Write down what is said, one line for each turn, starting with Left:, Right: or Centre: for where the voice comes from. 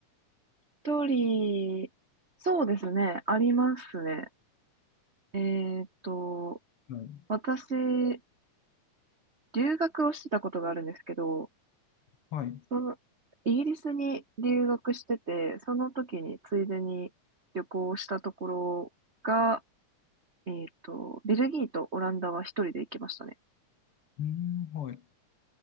Right: 一人、そうですね、ありますね。えーっと、
Left: はい。
Right: 私、留学をしてたことがあるんですけど、
Left: はい。う
Right: その、イギリスに留学してて、その時についでに旅行したところが、えっと、ベルギーとオランダは一人で行きましたね。
Left: ーん、はい。